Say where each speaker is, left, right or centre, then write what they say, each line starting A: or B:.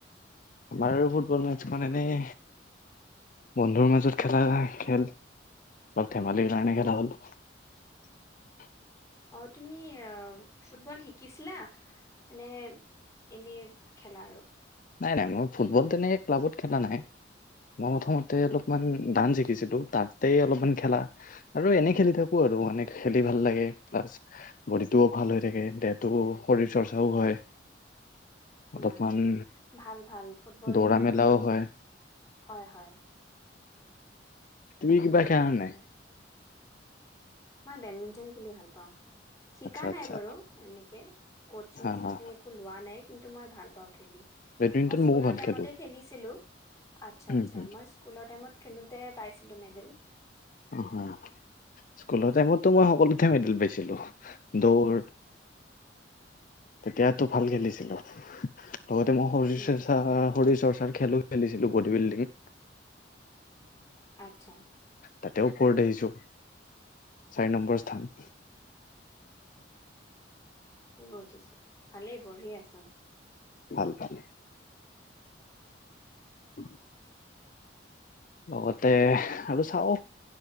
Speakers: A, on the left; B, on the left.
A: আমাৰ ফুটবল মেতচখন এনেই বন্ধুৰ মাজত খেলা খেল অলপ ধেমালিৰ কাৰণে খেলা হ'ল উ <unintelligible>
B: অ তুমি ফুটবল শিকিছিলা? মানে এনেই খেলা আৰু।
A: নাই নাই মই ফুটবল তেনেকে ক্লাবত খেলা নাই। মই প্ৰথমতে
B: অ
A: অলপমান
B: ক্লাবত
A: ডান্চ শিকিছিলো। তাতেই অলপমান খেলা আৰু এনেই খেলি থাকো আৰু মনে খেলি ভাল লাগে প্লাছ বডিত টোও ভাল হৈ থাকে দেহটো শৰীৰ চৰ্চাও হয়
B: অ
A: অলপমান
B: ভাল ভাল ফুটবলটো
A: দৌৰা মেলাও
B: মানে
A: হয়
B: হয় হয়।
A: তুমি
B: সেইটো
A: কিবা
B: কাৰণে
A: খেলা
B: ভাল
A: নাই?
B: লাগে মই বেডমিণ্টন খেলি ভাল পাওঁ। শিকা
A: আচ্ছা
B: নাই
A: আচ্ছা
B: বাৰু, এনেকে কচিং
A: হা
B: চচিং
A: হা
B: একো লোৱা নাই কিন্তু মই ভাল পাওঁ খেলি।
A: বেডমিন্টন
B: মই স্কুলৰ
A: ময়ো ভাল
B: টাইমতে
A: খেলো
B: খেলিছিলোঁ, আচ্ছা
A: উম,
B: আচ্ছা
A: উম,
B: মই স্কুলৰ টাইমত খেলোতে পাইছিলো মেডেল।
A: অ হয় স্কুলৰ টাইমতো মই সকলোতে মেডেল পাইছিলো। দৌৰ তেতিয়াতো ভাল খেলিছিলো। লগতে মই শৰীৰ
B: উম
A: চৰ্চা শৰীৰ চৰ্চাৰ খেলো খেলিছিলোঁ বডি বিল্ডিং।
B: আচ্ছা
A: তাতেও ফৰ্ড আহিছো। চাৰি নম্বৰ স্থান।
B: বঠিছো ভালেই বঢ়ি আছো।
A: ভাল ভাল। উ লগতে আৰু চাওঁ।